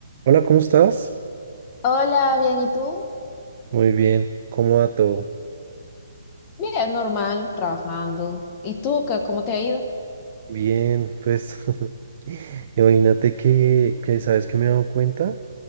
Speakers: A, on the right; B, on the left.
A: Hola, ¿cómo estás?
B: Hola, bien, ¿y tú?
A: Muy bien, ¿cómo va todo?
B: Bien, normal, trabajando. ¿Y tú, qué, cómo te ha ido?
A: Bien, pues <laughs> imagínate que, que sabes que me he dado cuenta